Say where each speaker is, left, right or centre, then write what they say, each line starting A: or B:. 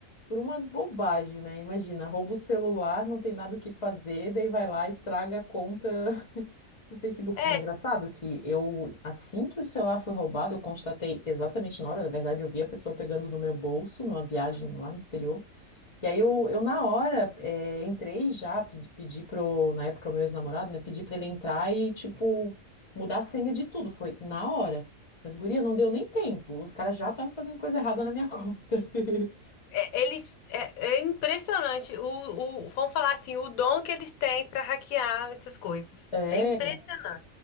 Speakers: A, on the left; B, on the left.
A: por umas bobagens, né? Imagina, rouba o celular, não tem nada o que fazer, daí vai lá, estraga a conta <laughs> do Facebook.
B: É,
A: Engraçado que eu, assim que o celular foi roubado, eu constatei exatamente na hora, na verdade, eu vi a pessoa pegando do meu bolso numa viagem lá no exterior. E aí eu, eu na hora eh, entrei já, pedi, pedi pro, na época, meu ex-namorado, né? Pedi pra ele entrar e, tipo, mudar a senha de tudo. Foi na hora. Mas, guria, não deu nem tempo. Os caras já estavam fazendo coisa errada na minha conta. <laughs>
B: é, eles, é, é impressionante o, o, vamos falar assim, o dom que eles têm pra hackear essas coisas.
A: É,
B: É impressionante.